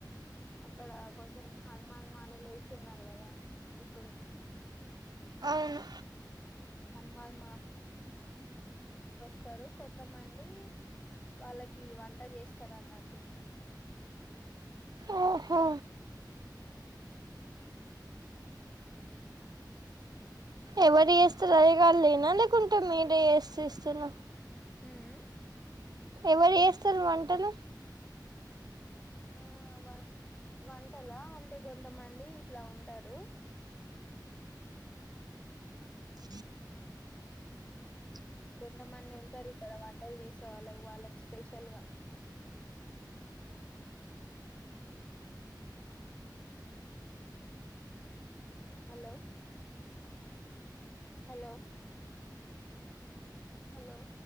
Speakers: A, on the left; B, on the right.
A: అక్కడ కొంచెం ప హనుమాన్ మాలలేసున్నారు కదా ఇప్పుడు
B: అవును
A: హనుమాన్ స్తరు కొంతమంది వాళ్ళకి వంట చేస్తరన్నట్టు
B: ఓహో ఎవరు చేస్తారు అయ్యగార్లేనా లేకుంటే మీరే చేసి ఇస్తునా
A: ఉమ్ ఉ
B: ఎవరు చేస్తరు వంటలు
A: ఆ వ వంటలా అంటే కొంతమంది ఇట్ల ఉంటారు
B: స్ స్
A: కొంతమంది ఉంటారిక్కడ వంటలు చేసే వాళ్ళ వాళ్ళకి స్పెషల్ గా హలో హలో హలో